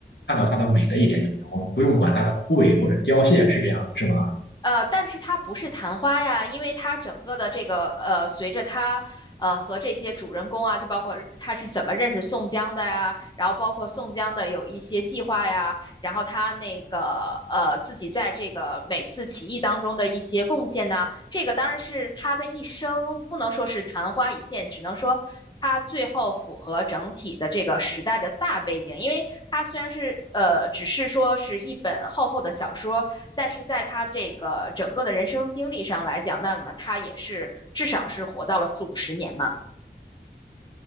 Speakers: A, on the left (about 85°); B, on the left (about 25°).
A: 看到它的美的一点就行，我们不用管它的枯萎或者凋谢，是这样，是吧？
B: 呃，但是它不是昙花呀，因为它整个的这个呃，随着他呃和这些主人公啊，就包括他是怎么认识宋江的呀，然后包括宋江的有一些计划呀，然后他那个呃自己在这个每次起义当中的一些贡献呐，这个当然是他的一生，不能说是昙花一现，只能说。他最后符合整体的这个时代的大背景，因为它虽然是呃，只是说是一本厚厚的小说，但是在他这个整个的人生经历上来讲，那么他也是至少是活到了四五十年嘛。